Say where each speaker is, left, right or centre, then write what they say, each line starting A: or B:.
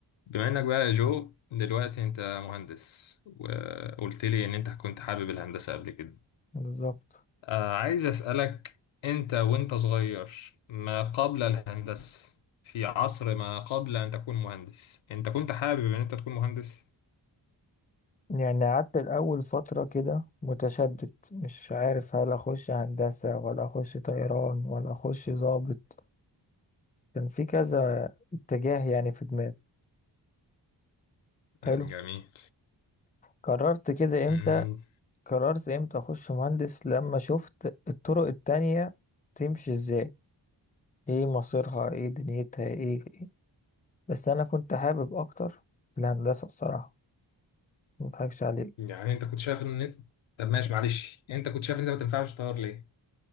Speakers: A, on the left; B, on the left.
A: بما انك بقى يا جو دلوقتي انت مهندس وقلت لي ان انت كنت حابب الهندسة قبل كده
B: بالظبط
A: آه عايز اسألك انت وانت صغير ما قبل الهندسة في عصر ما قبل ان تكون مهندس انت كنت حابب ان انت تكون مهندس
B: يعني قعدت الأول فترة كده متشدد مش عارف هل أخش هندسة ولا أخش طيران ولا أخش ضابط كان في كذا اتجاه يعني في دماغي حلو
A: مم، جميل
B: قررت كده
A: مم،
B: إمتى قررت إمتى أخش مهندس لما شفت الطرق التانية تمشي إزاي إيه مصيرها إيه دنيتها إيه, إيه. بس أنا كنت حابب أكتر الهندسة الصراحة مضحكش عليك
A: يعني انت كنت شايف ان انت طب ماشي معلش انت كنت شايف ان انت ما تنفعش طيار ليه